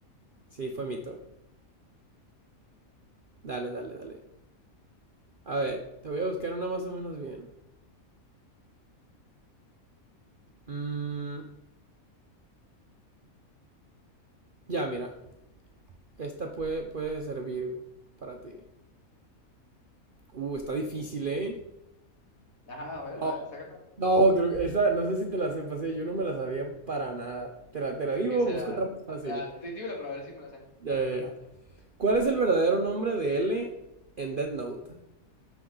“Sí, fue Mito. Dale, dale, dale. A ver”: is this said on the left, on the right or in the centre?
Right